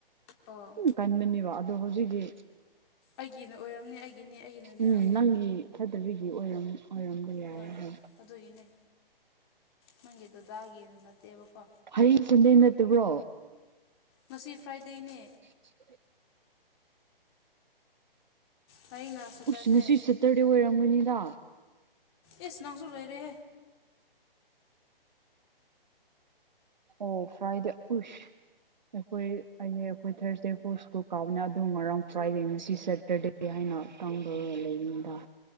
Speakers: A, on the left; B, on the right.
A: ꯑꯣ
B: ꯎꯝ ꯀꯟꯕꯅꯦꯕ ꯑꯗꯣ ꯍꯧꯖꯤꯛꯀꯤ
A: ꯑꯩꯒꯤꯅ ꯑꯣꯏꯔꯝꯅꯦ ꯑꯩꯒꯤꯅꯦ ꯑꯩꯒꯤꯅꯅꯦꯕ
B: ꯎꯝ ꯅꯪꯒꯤ ꯐꯗꯕꯤꯒꯤ ꯑꯣꯏꯔꯝ ꯑꯣꯏꯔꯝꯕ ꯌꯥꯏ
A: ꯍꯣꯏ
B: ꯍꯥꯏ
A: ꯑꯗꯨꯒꯤꯅꯦ ꯅꯪꯒꯤ ꯗꯗꯥꯒꯤꯅ ꯅꯠꯇꯦꯕꯀꯣ
B: ꯍꯩ ꯆꯟꯗꯩ ꯅꯠꯇꯕ꯭ꯔꯣ
A: ꯃꯁꯤ ꯐ꯭ꯔꯥꯏꯗꯦꯅꯦ
B: ꯎ
A: ꯍꯌꯦꯡꯅ ꯁꯇꯔꯗꯦ
B: ꯎꯁꯤꯡꯅꯁꯨ ꯆꯠꯇ꯭ꯔꯗꯤ ꯑꯣꯏꯔꯝꯒꯅꯤꯗ
A: ꯑꯦꯁꯨ ꯅꯪꯁꯨ ꯂꯣꯏꯔꯦ
B: ꯑꯣ ꯐ꯭ꯔꯥꯏꯗꯦ ꯎꯁ ꯑꯩꯈꯣꯏ ꯑꯩ ꯑꯩꯈꯣꯏ ꯊꯥꯔꯁꯗꯦ ꯐꯣꯔ ꯁ꯭ꯀꯨꯜ ꯀꯥꯎꯕꯅ ꯑ ꯉꯔꯥꯡ ꯐ꯭ꯔꯥꯏꯗꯦ ꯉꯁꯤ ꯁꯦꯇꯔꯗꯦ ꯀ ꯍꯥꯏꯅ ꯇꯥꯡꯗꯧꯔꯒ ꯂꯩꯔꯤꯅꯤꯗ